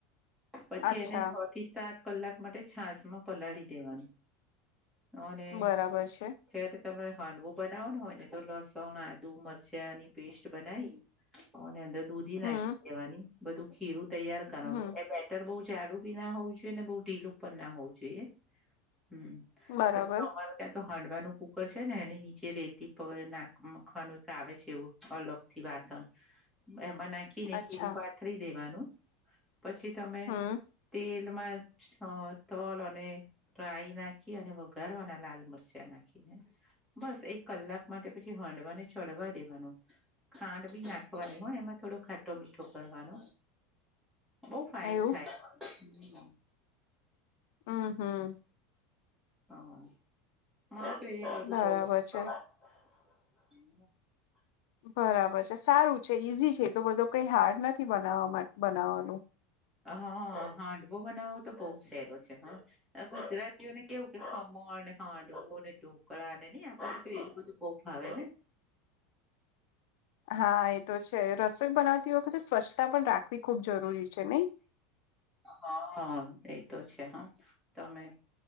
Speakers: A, in the centre; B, on the left.
A: પછી
B: અચ્છા
A: એને છ થી સાત કલાક માટે છાસ માં પલાળી દેવાનું અને
B: બરાબર છે
A: જયારે તમારે હાન્ડવો બનાવવાનું હોય ને તો લસણ, આદુ, મરચાની પેસ્ટ બનાવી અંદર દૂધી
B: હમ
A: નાખી દેવાની બધું ખીરું તૈયાર કરવાનું
B: હમ
A: એ બેટ બહુ જાડું બી ના હોવું જોઈએ ને બહુ ઢીલું પણ ના હોવું જોઈએ, હમ્મ.
B: બરાબર
A: પછી અમારે ત્યાં તો હાડવાનું કુકર છે ને એની જે રેતી પર નાખવાનુ મુકવાનું એક આવે છે એવું અલગથી વાસણ. એમાં નાખીને
B: અચ્છા
A: ખીરૂ પાથરી દેવાનું પછી તમે
B: હમ
A: તેલમાં તલ અને રાઈ નાખી અને વઘારવાના લાલ મરચાં નાખીને. બસ એક કલાક માટે પછી હાંડવાને ચડવા દેવાનું. ખાન્ડ બી નાખવાની હો એમાં થોડો ખાટો મીઠો કરવાનો. બઉ ફાઈન
B: એવું
A: થાય પણ.
B: અ હ.
A: <inaudible>
B: બરાબર
A: <inaudible>
B: છે બરાબર છે સારૂ છે ઈઝી છે એટલો બધો કંઈ હાડ નથી બનાવામાં બનાવાનો
A: હા હાંડવો બનાવવો તો બહુ સહેલો છે હા આ ગુજરાતીઓને કેવું કે ખમણ ને હાડવો ને ઢોકળાનેઈ આપડે એવું બધું બઉ આવે ને
B: હા એ તો છે રસોઈ બનાવતી વખતે સ્વચ્છતા પણ રાખવી ખૂબ જરૂરી છે નહી
A: હા એ તો છે હ તમે